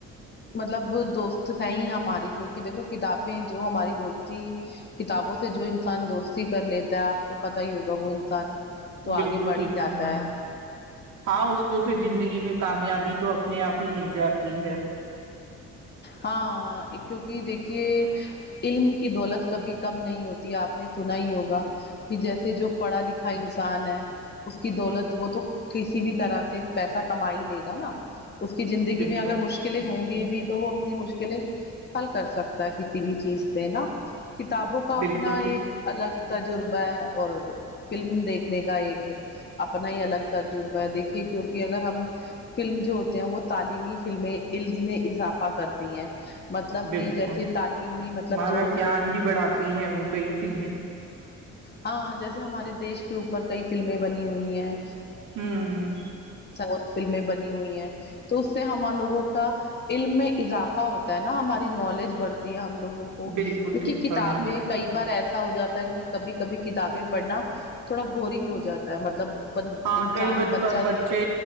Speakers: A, on the left; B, on the right.
A: مطلب دوست ہے ہی ہماری کیونکہ دیکھو کتابیں جو ہماری دوستی کتابوں سے جو انسان دوستی کر لیتا ہے آپ کو پتا ہی ہوگا وہ انسان تو آگے
B: بالکل
A: بڑھ
B: ٹھیک
A: ہی جاتا
B: فرنا
A: ہے
B: ہاں اس کو پھر جن زندگی میں کامیابی تو اپنے آپ ہی مل جاتی ہے
A: ہاں کیونکہ دیکھیے علم کی دولت کبھی کم نہیں ہوتی ہے آپ نے سنا ہی ہوگا کہ جیسے جو پڑھا لکھا انسان ہے اس کی دولت وہ تو کسی بھی طرح سے پیسہ کما ہی لے گا نا اس کی زندگی
B: بالکل
A: میں اگر مشکلیں ہوں گی کیو تو وہ اپنی مشکلیں حل کر سکتا ہے کسی بھی چیز سے نا کتابوں کا اپنا
B: بالکل ٹھیک
A: ایک الگ تجربہ ہے اور فلم دیکھنے کا ایک اپنا ہی الگ تجربہ ہے دیکھیے کیونکہ اگر ہم فلم جو ہوتے ہیں وہ تعلیمی فلمیں عز میں اضافہ فا کرتی ہیں مطلب
B: بالکل
A: کہ جیسے
B: ہمارا
A: تعلیمی مطلب جو
B: گیان بھی بڑھاتی ہیں وہ کئی فلمیں
A: ہاں جیسے ہمارے دیش کے اوپر کئی فلمیں بنی ہوئی ہیں
B: ہوں
A: ساتھ فلمیں بنی ہوئی ہیں تو اس سے ہمار لوگوں کا علم میں اضافہ ہوتا نا ہماری نالج بڑھتی ہے ہم لوگوں کو
B: بالکل
A: کیونکہ
B: ٹھیک
A: کتابیں
B: فرمایا
A: کئی بار ایسی ہو جاتا ہے کہ کبھی کبھی کتابیں پڑھنا تھوڑا بورنگ ہو جاتا ہے مطلب
B: ہاں
A: انسان
B: کئی
A: بچ
B: بچے